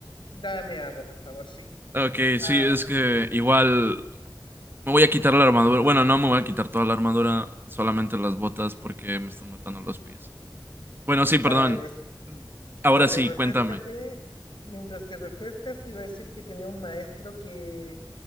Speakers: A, on the left (about 80°); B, on the right (about 25°).
A: dame agua, por favor, sí.
B: Ok,
A: Ah,
B: sí, es que igual me voy a quitar la armadura. Bueno, no me voy a quitar toda la armadura, solamente las botas porque me están matando los pies. Bueno, sí,
A: Dale,
B: perdón.
A: res-
B: Ahora
A: dale,
B: sí,
A: refrescate.
B: cuéntame.
A: Mientras te refrescas, te iba a decir que tenía un maestro que,